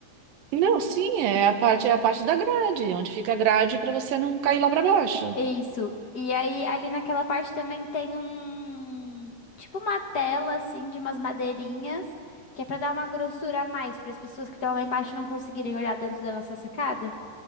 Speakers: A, on the right; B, on the left.
A: Não, sim, é a parte, é a parte da grade, onde fica a grade para você não cair lá para baixo.
B: Isso. E aí, ali naquela parte também tem um. Tipo uma tela, assim, de umas madeirinhas, que é pra dar uma grossura a mais, para as pessoas que estão lá embaixo não conseguirem olhar dentro da nossa sacada.